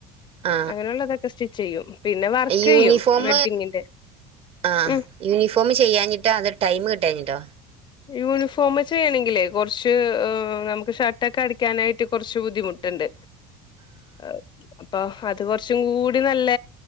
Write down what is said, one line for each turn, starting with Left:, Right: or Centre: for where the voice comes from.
Right: ആ
Left: അങ്ങനെയുള്ളതക്ക സ്റ്റി ചെയ്യും പിന്നെ വർക്ക്
Right: യൂണിഫോം
Left: ചെയ്യും വെഡ്ഡിങ്ങിന്റെ
Right: ആ
Left: ഉം
Right: യൂണിഫോം ചെയ്യാനിട്ട് അ ടൈം കിട്ടഞ്ഞിട്ടോ
Left: യൂണിഫോം ചെയ്യണെങ്കിലെ കുറച്ച് നമുക്ക് ഷട്ടൊക്കെ അടിക്കനായിട്ട് കുറച്ച് ബുദ്ധിമുട്ടുണ്ട്. ആ അപ്പൊ അത് കുറച്ചും കൂടി നല്ല